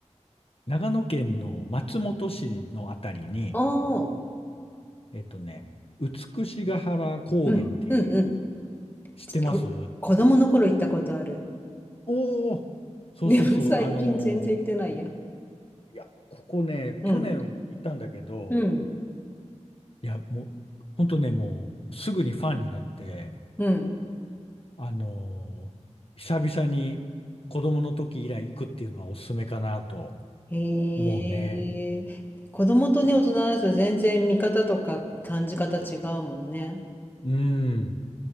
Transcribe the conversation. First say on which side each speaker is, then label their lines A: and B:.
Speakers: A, on the left; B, on the left.
A: 長野県の松本市のあたりに、
B: おー。
A: えっとね、美ヶ原高原っていう、
B: うん。うん。うん。
A: 知ってます
B: こ、子供の頃行ったことある。
A: おおそうそうそう、
B: でも最近全然行ってないや。
A: あのーいや、ここね、
B: うん。
A: 去年行ったんだけど、
B: うん。
A: いや、もう、ほんとね、もう、すぐにファンになって、
B: うん。
A: あのー久々に子供の時以来行くっていうのはおすすめかなと
B: へえ、
A: 思うね。
B: 子供とね、大人だと全然見方とか感じ方違うもんね。
A: うん。